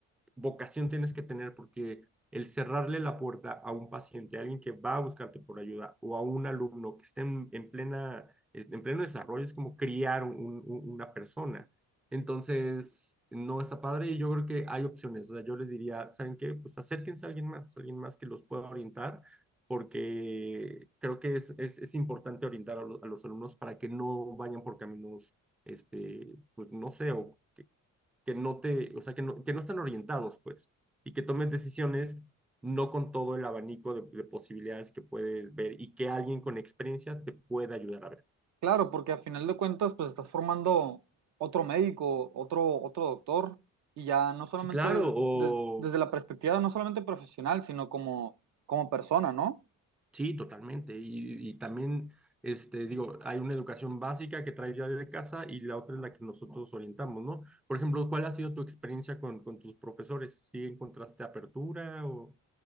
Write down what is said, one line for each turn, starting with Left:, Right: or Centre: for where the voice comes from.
Centre: vocación tienes que tener porque el cerrarle la puerta a un paciente, a alguien que va a buscarte por ayuda o a un alumno que esté en, en plena, en pleno desarrollo es como criar un, un, una persona. Entonces, no está padre y yo creo que hay opciones. O sea, yo les diría, ¿saben qué? Pues acérquense a alguien más, a alguien más que los pueda orientar porque creo que es, es, es importante orientar a los, a los, alumnos para que no vayan por caminos, este, pues no sé, o que, que no te, o sea, que no, que no están orientados, pues, y que tomes decisiones no con todo el abanico de, de posibilidades que puedes ver y que alguien con experiencia te pueda ayudar a ver.
Right: Claro, porque a final de cuentas, pues estás formando otro médico, otro, otro doctor, y ya no solamente
Centre: Sí, claro,
Right: des-
Centre: o
Right: des- desde la perspectiva, no solamente profesional, sino como, como persona, ¿no?
Centre: sí, totalmente. Y, y también, este, digo, hay una educación básica que traes ya desde casa y la otra es la que nosotros orientamos, ¿no? Por ejemplo, ¿cuál ha sido tu experiencia con, con tus profesores? ¿Sí encontraste apertura o...?